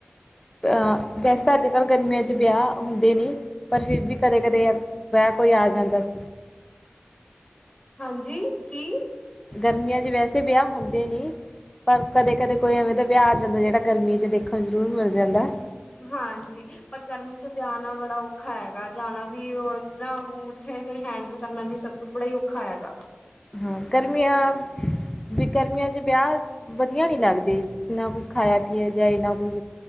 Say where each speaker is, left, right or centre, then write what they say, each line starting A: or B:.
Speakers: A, on the left; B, on the left.
A: ਅਹ ਵੈਸੇ ਤਾਂ ਅੱਜ ਕੱਲ੍ਹ ਗਰਮੀਆਂ 'ਚ ਵਿਆਹ ਹੁੰਦੇ ਨਹੀਂ ਪਰ ਫਿਰ ਵੀ ਕਦੇ-ਕਦੇ ਅ ਵੈ ਕੋਈ ਆ ਜਾਂਦਾ ਸੀ
B: ਹਾਂਜੀ ਕੀ
A: ਗਰਮੀਆਂ 'ਚ ਵੈਸੇ ਵਿਆਹ ਹੁੰਦੇ ਨੇ ਪਰ ਕਦੇ ਕਦੇ ਕੋਈ ਐਵੇਂ ਦਾ ਵਿਆਹ ਆ ਜਾਂਦਾ ਜਿਹੜਾ ਗਰਮੀਆਂ 'ਚ ਦੇਖਣ ਨੂੰ ਜ਼ਰੂਰ ਮਿਲ ਜਾਂਦਾ।
B: ਹਾਂਜੀ ਪਰ ਗਰਮੀ 'ਚ ਵਿਆਹੁਣਾ ਬੜਾ ਔਖਾ ਹੈਗਾ ਜਾਣਾ ਵੀ ਹੋਰ ਨਾ ਉ ਉੱਥੇ ਫੇਰ ਹੈਂਡਲ ਕਰਨਾ ਵੀ ਸਭ ਕੁੱਛ ਬੜਾ ਹੀ ਔਖਾ ਹੈਗਾ।
A: ਹਾਂ ਗਰਮੀਆਂ ਵੀ ਗਰਮੀਆਂ ਚ ਵਿਆਹ ਵਧੀਆ ਨੀ ਲੱਗਦੇ, ਨਾ ਕੁਛ ਖਾਇਆ ਪੀਆ ਜਾ ਨਾ ਕੁਛ।